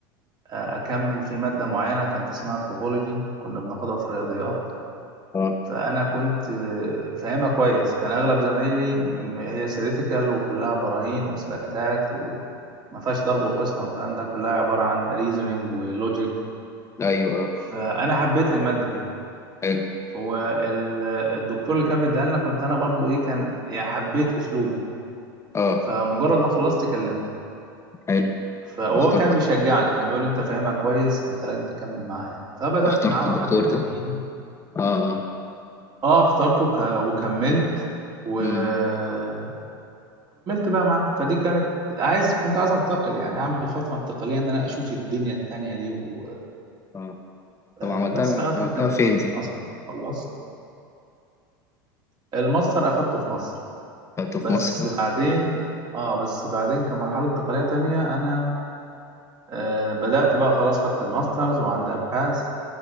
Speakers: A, on the right (about 35°); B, on the left (about 25°).
A: آه، اكمل في ماده معينه كانت اسمها الطوبولوجي كنا بناخدها في الرياضيات
B: اه
A: فانا كنت آه، فاهمها كويس كان اغلب زمايلي م- هي سيريتيكال وكلها براهين واثباتات و ما فيهاش ضرب وقسم والكلام ده كلها عبارة عن ريزونينج ولوجيك
B: ايوه اه
A: فانا حبيت الماده دي
B: حلو
A: والدكتور اللي كان بيديها لنا كنت انا برضو ايه كان يعني حبيت اسلوبه
B: اه
A: فمجرد ما خلصت كلمته
B: حلو
A: فهو
B: فاخترت
A: كان بيشجعني كان بيقول لي انت فاهمها كويس انت لازم تكمل معايا فبدات
B: فاخترت
A: معاه
B: الدكتور
A: واخدت التمهيدي
B: ده اه اه
A: اه اخترته ك... وكملت وكملت
B: امم
A: بقى معاه فدي كانت عايز كنت عايز انتقل يعني اعمل فتره انتقاليه ان انا اشوف الدنيا التانية دي و...
B: اه طب
A: آه،
B: عملتها
A: بس لغايه
B: عملتها
A: ما كملت
B: فين دي
A: الماستر خلصت الماستر اخدته في مصر
B: خدته
A: بس
B: في مصر
A: بعدين اه بس بعدين كمرحلة انتقالية تانية انا آه بدأت بقى خلاص خدت الماسترز وعندي ابحاث